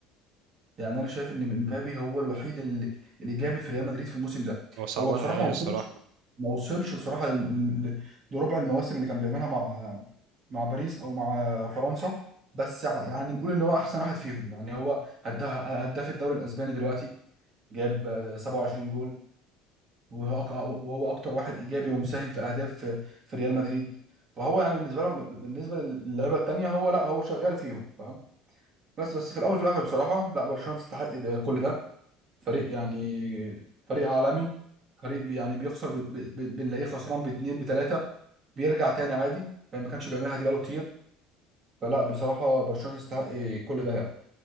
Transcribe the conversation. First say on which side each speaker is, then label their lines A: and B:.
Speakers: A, on the right; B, on the right.
A: يعني انا شايف ان مبابي هو الوحيد ال- الايجابي في ريال مدريد في الموسم ده
B: هو صعبان
A: هو بصراحه
B: عليا
A: ما وصلش
B: الصراحه طب,
A: ما وصلش بصراحه لل- لل- لربع المواسم اللي كان بيعملها مع مع باريس او مع فرنسا بس ع- يعني نقول ان هو احسن واحد فيهم يعني هو هدا- هداف الدوري الاسباني دلوقتي جاب آه، 27 جول وهو أك- وهو اكتر واحد ايجابي ومساهم في اهداف في, في ريال مدريد فهو يعني بالنسبه لهم بالنسبه للعيبه التانيه هو لا هو شغال فيهم فاهم بس بس في الاول وفي الاخر بصراحه لا برشلونه تستحق ده كل ده فريق يعني فريق عالمي فريق بي- يعني بيخسر ب- ب- ب- بنلاقيه خسران باتنين بتلاته بيرجع تاني عادي فما كانش بيعملها دي بقاله كتير فلا بصراحه برشلونه تستحق كل ده يعني